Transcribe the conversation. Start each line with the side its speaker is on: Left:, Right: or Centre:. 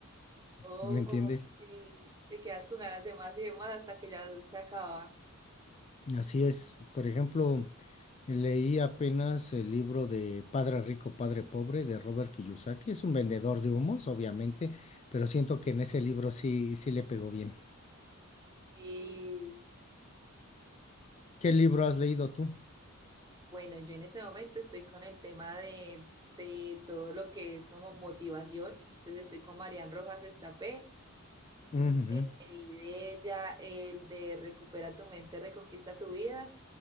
Right: Oh,
Left: ¿Me entiendes?
Right: sí, te quedas con ganas de más y de más hasta que ya se acaba.
Left: Así es. Por ejemplo, leí apenas el libro de Padre Rico, Padre Pobre de Robert Kiyosaki. Es un vendedor de humos, obviamente, pero siento que en ese libro sí, sí le pegó bien.
Right: Y
Left: ¿Qué libro has leído tú?
Right: bueno, yo en este momento estoy con el tema de, de todo lo que es como motivación. Entonces estoy con Marian Rojas Estapé. Me
Left: Ujú,
Right: leí de ella el de Recupera tu mente, reconquista tu vida.